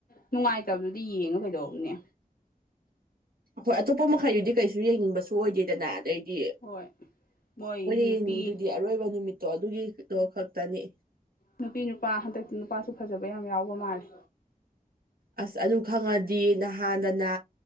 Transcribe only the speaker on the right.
ꯍꯣꯏ ꯑꯇꯣꯞꯄ ꯃꯈꯩꯗꯨꯗꯤ ꯀꯩꯁꯨ ꯌꯦꯡꯅꯤꯡꯕꯁꯨ ꯑꯣꯏꯗꯦꯗꯅ꯫ ꯗꯩꯗꯤ
ꯈꯣꯏꯅ
ꯌꯦꯡꯅꯤꯡꯉꯤꯗꯨꯗꯤ ꯑꯔꯣꯏꯕ ꯅꯨꯃꯤꯠꯇꯣ ꯑꯗꯨꯒꯤꯗꯣ ꯈꯛꯇꯅꯤ꯫
ꯑꯁ ꯑꯗꯨ ꯈꯪꯉꯗꯤ ꯅꯍꯥꯟꯗꯅ